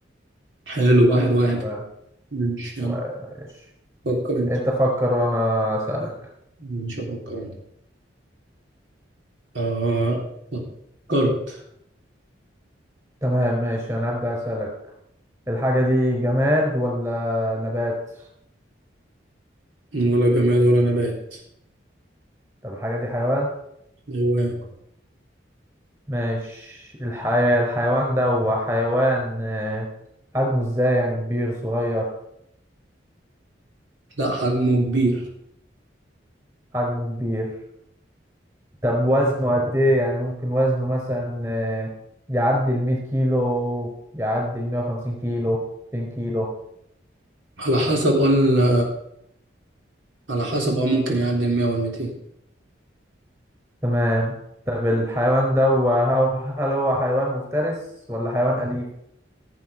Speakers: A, on the right; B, on the right.
A: حلو واحد واحد
B: تمام
A: ماشي
B: و-
A: يلا
B: ماشي
A: فكر أنت
B: أنت فكر وأنا أسألك
A: مش أفكر أنت آه فكرت
B: تمام ماشي أنا هبدأ أسألك الحاجة دي جماد ولا نبات
A: ولا جماد ولا نبات
B: طب الحاجة دي حيوان
A: حيوان
B: ماشي الحي... الحيوان ده هو حيوان آه، حجمه ازاي يعني كبير صغير
A: لا حجمه كبير
B: حجمه كبير طب وزنه قد ايه يعني ممكن وزنه مثلا آه، يعدي المية كيلو يعدي المية وخمسين كيلو ميتين كيلو
A: على حسب قلنا على حسب اه ممكن يعدي ال 100 وال 200
B: تمام طب الحيوان ده هو هل هو حيوان مفترس ولا حيوان أليف